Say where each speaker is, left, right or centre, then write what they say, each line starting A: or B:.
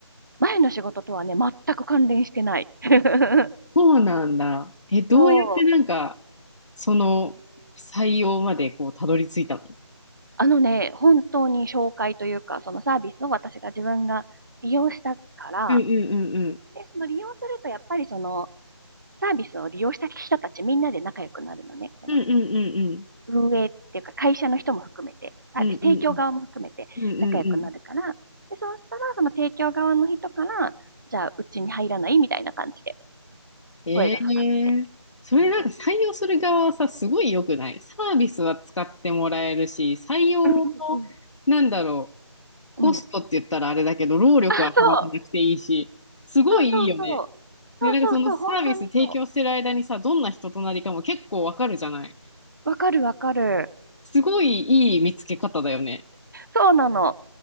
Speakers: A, on the right; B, on the left.
A: 前の仕事とはね、全く関連してない。<laughs>
B: そうなんだ。え、どうやってなんか、
A: そう。
B: その採用までこう、たどり着いたの
A: あのね、本当に紹介というか、そのサービスを私が自分が利用したから、
B: うんうんうんうん。
A: で、その利用すると、やっぱりそのサービスを利用した人たちみんなで仲良くなるのね。その
B: うんうん
A: 運営っていうか会社の人も含めて、サービス提供側も含めて仲良くなるから、
B: うんうん。うんうんうん。うんうんうん。
A: で、そうしたらその提供側の人から、じゃあうちに入らないみたいな感じで
B: あ、え
A: 声がかかって。
B: えそれなんか採用する側はさ、
A: うん。
B: すごい良くないサービスは使ってもらえるし、採用の、
A: うんうん
B: なんだろう。コストって言ったらあれだけど、
A: うんうん。
B: 労力は払わなくていいし、
A: あ、そう。
B: すごいいいよね。
A: そうそうそう。そうそうそう。
B: で、なんかそのサービス提供してる間にさ、
A: 本当にそ
B: どんな人となりかも結構わかるじゃない。
A: う。わかるわかる。
B: すごいいい見つけ方だよね。
A: そうなの。